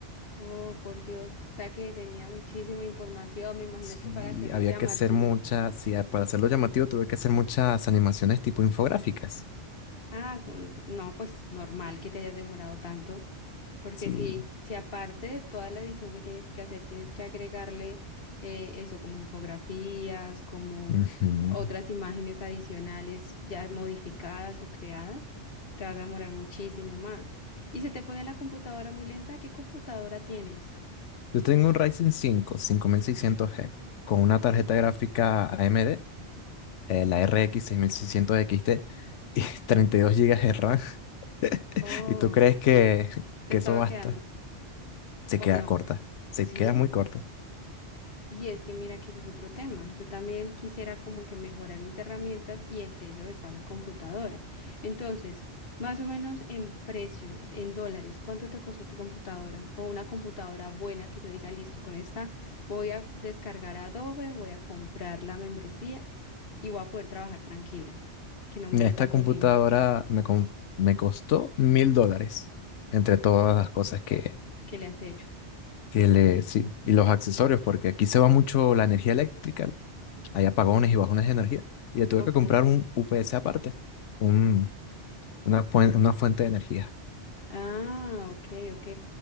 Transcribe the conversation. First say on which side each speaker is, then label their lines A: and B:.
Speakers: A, on the left; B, on the left.
A: Oh, por Dios. O sea que tenía muchísima información, me imagino
B: Sí,
A: que para hacerlo
B: había
A: llamativo.
B: que hacer muchas, sí, a- para hacerlo llamativo tuve que hacer muchas animaciones tipo infográficas.
A: Ah, con... no, pues normal que te hayas demorado tanto, porque
B: Sí.
A: si, si aparte de toda la edición que tienes que hacer, tienes que agregarle eh, eso como infografías, como
B: Ujú.
A: otras imágenes adicionales ya modificadas o creadas, te vas a demorar muchísimo más. Y se te pone la computadora muy lenta, ¿qué computadora tienes?
B: Yo tengo un Ryzen cinco, cinco mil seiscientos g con una tarjeta gráfica AMD, eh, la RX 6600 XT y <laughs> 32 gigas de RAM. <laughs>
A: Oh,
B: ¿Y tú crees que,
A: te
B: que
A: estaba
B: eso basta?
A: quedando,
B: Se
A: ¿o
B: queda
A: no?
B: corta, se
A: Sí,
B: queda muy corta.
A: Y es que mira que ese es otro tema. Yo también quisiera como que mejorar mis herramientas y entre esas está la computadora. Entonces, más o menos en precio, en dólares, ¿cuánto te costó tu computadora? O una computadora buena que yo diga, listo, con esta voy a descargar Adobe, voy a comprar la membresía y voy a poder trabajar tranquila, que no me
B: Mira,
A: dé
B: esta
A: tanto
B: computadora
A: lío.
B: me, com- me costó mil dólares entre todas las cosas que
A: ¿Qué le has hecho?
B: tiene,
A: ¿Y qué tiene?
B: sí, y los accesorios, porque aquí se va mucho la energía eléctrica, hay apagones y bajones de energía, y le tuve
A: Ok.
B: que comprar un UPS aparte, un, una, puen- una fuente de energía.
A: Ah, ok, ok.